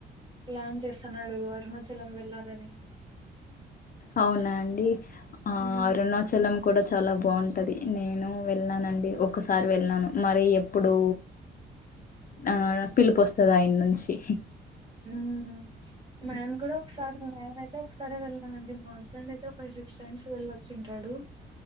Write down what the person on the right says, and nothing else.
ప్లాన్ చేస్తున్నాడు అరుణాచలం వెళ్ళాలని. <inaudible>
ఉమ్
ఉమ్మ్ మేం కూడా ఒకసారి మేమ్ ఐతే ఒకసారి వెళ్ళినామండి మా హస్బెండ్ అయితే. సిక్స్ టైమ్స్ వెళ్ళివచ్చిఉంటాడు.